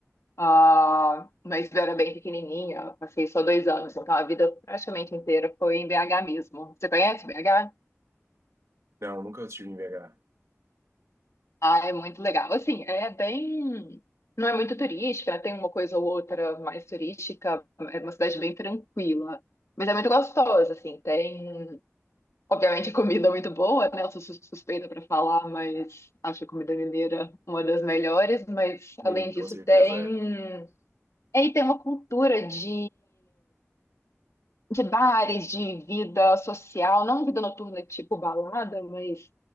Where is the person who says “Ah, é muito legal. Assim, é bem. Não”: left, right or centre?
Left